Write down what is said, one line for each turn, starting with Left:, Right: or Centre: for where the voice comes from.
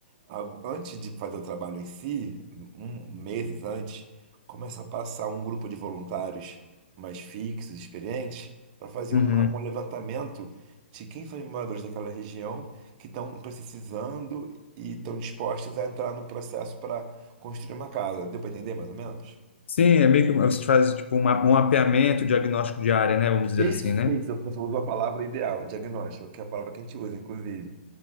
Right: Algo- Antes de fazer o trabalho em si, um, meses antes, começa a passar um grupo de voluntários mais fixos, experientes, para fazer
Left: Uhum.
Right: uma- um levantamento de quem são os moradores daquela região que estão precisando e estão dispostos a entrar no processo para construir uma casa. Deu para entender mais ou menos?
Left: Sim, é meio que um, você faz tipo um ma- um mapeamento diagnóstico de área, né? Vamos dizer
Right: Perfeito,
Left: assim, né?
Right: você usou a palavra ideal, diagnóstico, que é a palavra que a gente usa, inclusive.